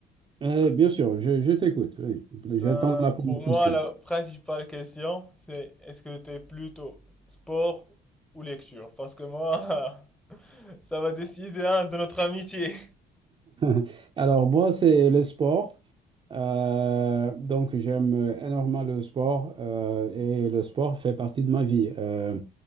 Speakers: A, on the right; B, in the centre.
A: Euh, bien sûr, je, je t'écoute, oui.
B: Ben
A: J'attends la première
B: pour moi,
A: question.
B: la principale question, c'est est-ce que t'es plutôt sport ou lecture? Parce que moi, <laughs> ça va décider hein, de notre amitié.
A: <laughs> Alors, moi, c'est le sport. Euh, donc, j'aime énormément le sport euh, et le sport fait partie de ma vie euh,